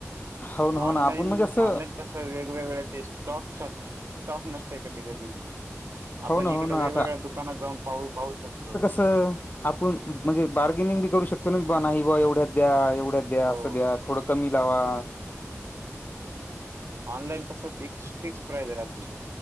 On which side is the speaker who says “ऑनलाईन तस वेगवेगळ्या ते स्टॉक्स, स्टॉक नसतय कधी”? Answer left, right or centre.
Right